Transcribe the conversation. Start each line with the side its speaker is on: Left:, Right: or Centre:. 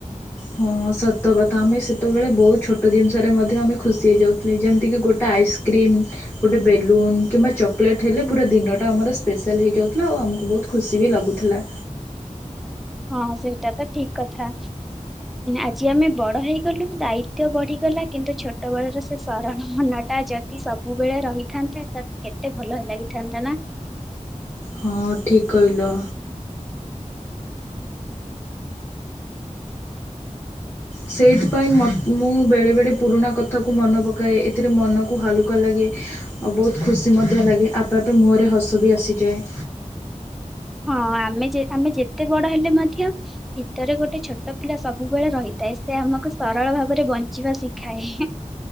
Left: ହଁ ସତ। ତ କଥା ଆମେ ସେତେବେଳେ ବହୁତ ଛୋଟ ଜିନିଷରେ ମଧ୍ୟ ଆମେ ଖୁସି ହେଇଯାଉଥିଲେ। ଯେମିତିକି ଗୋଟେ ଆଇସ୍କ୍ରିମ୍ ଗୋଟେ ବେଲୁନ କିମ୍ବା ଚକୋଲେଟ୍ ହେଲେ ପୁରା ଦିନଟା ଆମର ସ୍ପେଶାଲ ହେଇଯାଉଥିଲା ଆଉ ଆମକୁ ବହୁତ ଖୁସି ବି ଲାଗୁଥିଲା।
Centre: ହଁ ସେଇଟା ତ ଠିକ୍ କଥା ଆଜି ଆମେ ବଡ ହେଇଗଲୁ ଦାୟିତ୍ବ ବଢିଗଲା କିନ୍ତୁ ଛୋଟ ବେଳର ସେ ସରଳ ମନ ଟା ଯଦି ସବୁବେଳେ ରହିଥାନ୍ତା କେତେ ଭଲ ଲାଗିଥାନ୍ତା ନା।
Left: ହଁ ଠିକ୍ କହିଲ। ସେଇଥିପାଇଁ ମୋତେ ମୁଁ ବେଳେ ବଳେ ପୁରୁଣା କଥାକୁ ମନେ ପକାଏ। ଏଥିରେ ମନକୁ ହାଲୁକା ଲାଗେ ଆ ବହୁତ ଖୁସି ମଧ୍ୟ ଲାଗେ। ଆପେ ଆପେ ମୁହଁରେ ହସ ବି ଆସିଯାଏ।
Centre: ହଁ ଆମେ ଆମେ ଯେତେ ବଡ ହେଲେ ମଧ୍ୟ ଭିତରେ ଗୋଟେ ଛୋଟ ପିଲା ସବୁବେଳେ ରହିଥାଏ। ସେ ଆମକୁ ସରଳ ଭାବରେ ବଞ୍ଚିବା ଶିଖାଏ।